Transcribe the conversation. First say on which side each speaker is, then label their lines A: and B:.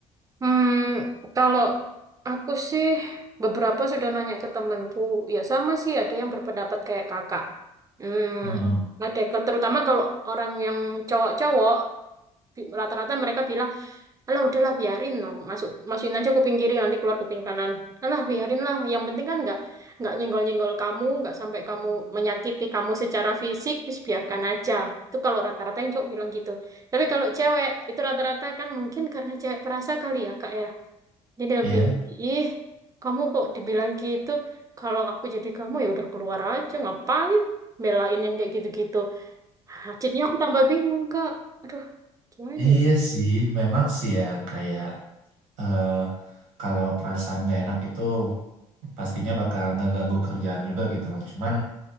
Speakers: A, on the right; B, on the right.
A: Hmm, kalau aku sih beberapa sudah nanya ke temenku, ya sama sih ada yang berpendapat kayak kakak. Hmm,
B: Mhm.
A: ada ke- terutama kalau orang yang cowok-cowok bi- rata-rata mereka bilang, alah udahlah biarin norm- masuk masukin aja kuping kiri nanti keluar kuping kanan. Alah biarin lah, yang penting kan nggak nggak nyenggol-nyenggol kamu, nggak sampai kamu menyakiti kamu secara fisik, bis biarkan aja. Itu kalau rata-rata yang cowok bilang gitu. Tapi kalau cewek itu rata-rata kan mungkin karena cewek perasa kali ya kak ya. Jadi lebih,
B: Iya.
A: ih, kamu kok dibilang gitu, kalau aku jadi kamu ya udah keluar aja, ngapain belain yang kayak gitu-gitu. Ah, Jadinya aku tambah bingung, Kak. Aduh, gimana
B: Iya
A: ya?
B: sih, memang sih ya kayak eh, kalau perasaan nggak enak itu pastinya bakal ngeganggu kerjaan juga gitu loh. Cuman